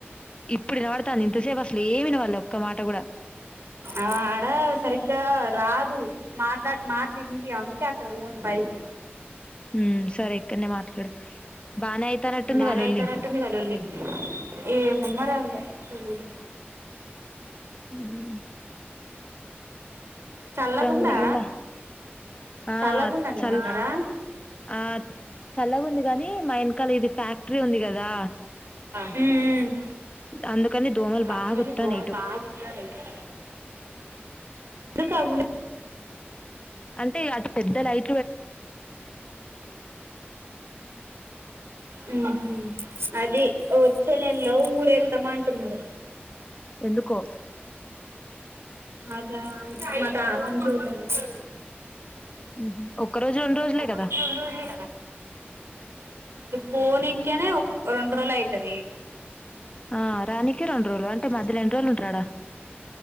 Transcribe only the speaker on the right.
ఆడ సరిగ్గా రా దు మాట్లా మాటలు ఇన్పియవ్ అందుకే అక్కడ పోన్ పైకి
బాగనే
అవుతానట్టుంది గా లొల్లి ఏ ముమ్మ <unintelligible> తెల్దు
చల్లగుందా
చల్లగుందా మీ
దగ్గరా
హ్మ్మ్
అందుకని
దోమలు
బాగ వొత్తన్నాయ్ ఇటు ఎందుకాగ
హ్మ్ హు అది వచ్చనెల్లో ఊరెల్ తమాంటున్నారు
అదా మా తాతను చూడ్డానికి
ఒక
రోజు రెండు రోజులే పోని ఇంకేనే రెండు రోజులు అయితది